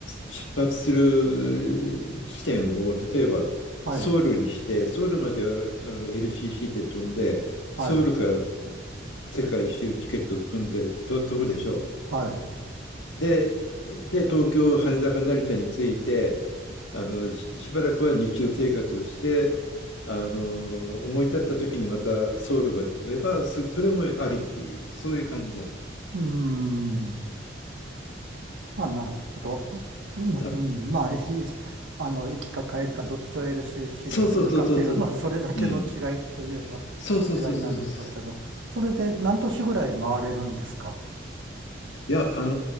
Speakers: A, on the left; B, on the right.
A: 出発する地点を例えばソウルにしてソウルまではあの
B: はい。
A: LCC で飛んでソウルから
B: はい。
A: 世界一周チケットを組んでと飛ぶでしょう。
B: はい。
A: で、で東京羽田か成田に着いてあのし、しばらくは日常生活をしてあの思い立った時にまたソウルまで飛べばそ、それもありっていうそういう感じなん
B: うん。あ、なるほど。<laughs> うん、
A: だ
B: うん、まあ、<laughs> いいあの、行きか帰りかどっちを LCC
A: そうそうそうそうそう。
B: にするかっていう、まあ、それだけの違いといえば
A: うん。そうそうそうそうそうそう。
B: 違いなんでしょうけど、それで何都市ぐらい回れるんですか
A: いや、あの